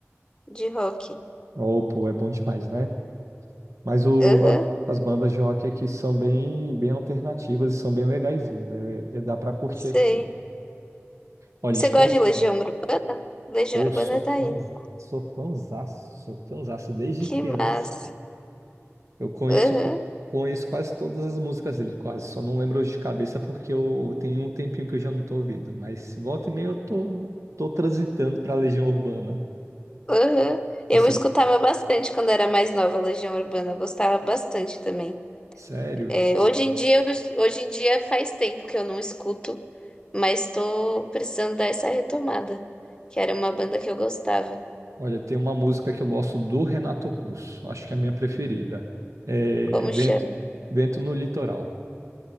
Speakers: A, on the left; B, on the right.
A: de rock.
B: oh, pô, é bom demais, né? Mas o,
A: Aham,
B: a- as bandas de rock aqui são bem, bem alternativas e são bem legaizinhas, né? É- é- dá pra curtir
A: sei.
B: aqui. Olha,
A: Você
B: gente,
A: gosta
B: pô,
A: de Legião, Ur- Legião
B: pô,
A: Urbana
B: sou
A: é
B: fã,
A: daí, né?
B: sou fãzaço, sou fãzaço desde
A: Que
B: criança.
A: massa.
B: Eu conheço,
A: Aham.
B: co- conheço quase todas as músicas dele, quase. Só não lembro de cabeça porque eu tenho um tempinho que eu já não tô ouvindo. Mas volta e meia eu tô, tô transitando pra Legião Urbana.
A: Aham.
B: Você,
A: Eu escutava bastante quando era mais nova, Legião Urbana, eu gostava bastante também.
B: sério?
A: É, hoje em dia, eu- hoje em dia faz tempo que eu não escuto, mas estou precisando dar essa retomada, que era uma banda que eu gostava.
B: Olha, tem uma música que eu gosto do Renato Russo. Acho que é a minha preferida. É
A: Como
B: Vento,
A: chama?
B: Vento no Litoral.